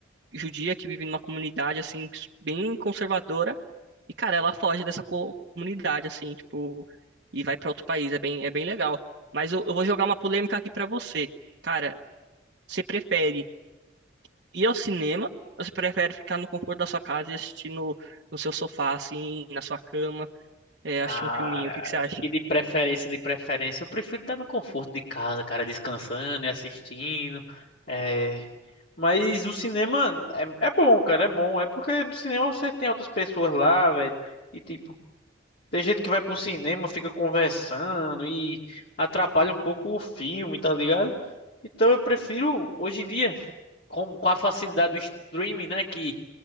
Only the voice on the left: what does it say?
Cara,
acho que de preferência, de preferência, eu prefiro estar no conforto de casa, cara, descansando e assistindo. É. Mas o cinema é, é bom, cara, é bom. É porque no cinema você tem outras pessoas lá, velho. E tipo, Tem gente que vai pro cinema, fica conversando e atrapalha um pouco o filme, tá ligado? Então eu prefiro, hoje em dia, com, com a facilidade do streaming, né? Que